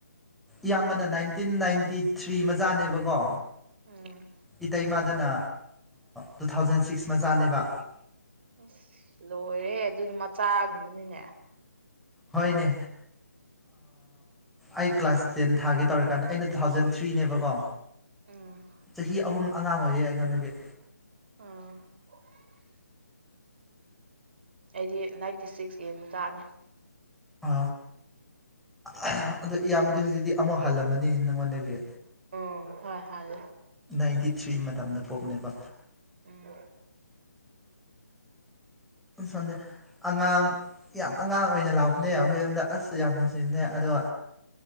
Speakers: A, in the centre; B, on the right (about 40°).
A: ꯏꯌꯥꯝꯕꯅ ꯅꯥꯏꯟꯇꯤꯟ ꯅꯥꯏꯟꯇꯤ ꯊ꯭ꯔꯤ ꯃꯆꯥꯅꯦꯕꯀꯣ
B: ꯎꯝ
A: ꯏꯇꯩꯃꯗꯨꯅ ꯇꯨ ꯊꯥꯎꯖꯟ ꯁꯤꯛꯁ ꯃꯆꯥꯅꯦꯕ
B: ꯑꯁ ꯂꯣꯏꯔꯦ ꯑꯗꯨꯗꯤ ꯃꯆꯥꯒꯨꯝꯕꯅꯤꯅꯦ
A: ꯍꯣꯏꯅꯦ ꯑꯩ ꯀ꯭ꯂꯥꯁ ꯇꯦꯟ ꯊꯥꯒꯦ ꯇꯧꯔꯀꯥꯟꯗ ꯑꯩꯅ ꯇꯨ ꯊꯥꯎꯖꯟ ꯊ꯭ꯔꯤꯅꯦꯕꯀꯣ
B: ꯎꯝ
A: ꯆꯍꯤ ꯑꯍꯨꯝ ꯑꯉꯥꯡ ꯑꯣꯏꯌꯦ ꯑꯩꯉꯣꯟꯗꯒꯤ
B: <unintelligible> ꯑꯩꯗꯤ ꯅꯥꯏꯟꯇꯤ ꯁꯤꯛꯁ ꯌꯦꯡꯕ ꯇꯥꯅꯤ
A: ꯑ ꯑ ꯌꯥꯝꯕꯗꯤ ꯍꯧꯖꯤꯛꯇꯤ ꯑꯃꯨꯛ ꯍꯜꯂꯝꯃꯅꯤ ꯅꯪꯉꯣꯟꯗꯒꯤ
B: ꯎꯝ ꯍꯣꯏ ꯍꯥꯏ
A: ꯅꯥꯏꯟꯇꯤ ꯊ꯭ꯔꯤ ꯃꯇꯝꯗ ꯄꯣꯛꯞꯅꯦꯕ
B: ꯎꯝ
A: ꯁꯣꯝꯗꯦ ꯑꯉꯥꯡ ꯌꯥꯝ ꯑꯉꯥꯡ ꯑꯣꯏꯅ ꯂꯥꯎꯕꯅꯦ ꯑꯩꯈꯣꯏꯔꯣꯝꯗ ꯑꯁꯁꯨ ꯌꯥꯝ ꯅꯨꯡꯁꯤꯕꯅꯦ ꯑꯗꯣ